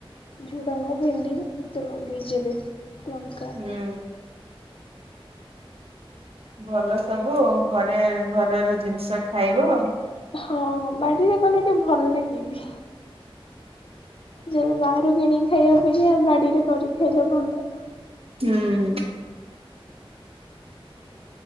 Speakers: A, on the left; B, on the right.
A: ଝୁଡଙ୍ଗ, ଭେଣ୍ଡି ଏତେ ଲଗେଇଛି ବି। ଲଙ୍କା,
B: ହୁଁ ଭଲ ସବୁ ଘରେ ଘରର ଜିନିଷ ଖାଇବ।
A: ହଁ ବାଡ଼ିରେ ଗଲେ ଟିକେ ଭଲ ଲାଗେ ବି। ଯୋଉ ବାହାରୁ କିଣିକି ଖାଇବା ଅପେକ୍ଷା, ବାଡିରେ କରିକି ଖାଇଲେ ଭଲ।
B: ହୁଁ।